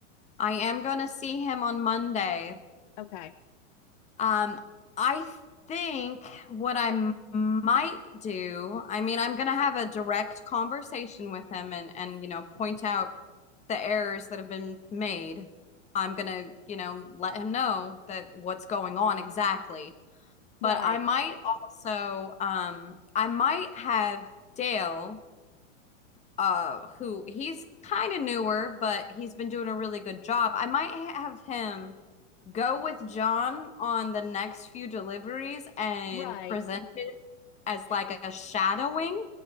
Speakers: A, on the left (about 20°); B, on the left (about 40°).
A: i am going to see him on monday
B: Okay.
A: um i think what i m- might do i mean i'm going to have a direct conversation with him and and you know point out the errors that have been made. I'm going to, you know, let him know that what's going on exactly.
B: Right,
A: But I might also um I might have Dale uh who he's kind of newer, but he's been doing a really good job. I might have him go with John on the next few deliveries and
B: right.
A: present it as like
B: Yeah,
A: a shadowing